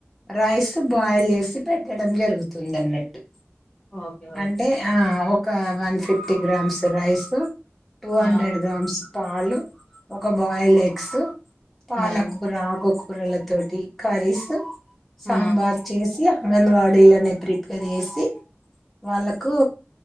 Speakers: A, in the centre; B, on the left.
A: rice boil చేసి పెట్టడం జరుగుతుందన్నట్టు
B: ఓకే ఓకే
A: అంటే ఆ ఒక one fifty grams rice two
B: ఆ!
A: హండ్రెడ్ గ్రామ్స్ పాలు ఒక బాయిల్డ్ ఎగ్స్ పాలకూర
B: హ్మ్.
A: ఆకుకూరల తోటి కర్రీస్
B: ఆ!
A: సాంబార్ చేసి అంగన్వాడీలనే ప్రిపేర్ చేసి వాళ్ళకు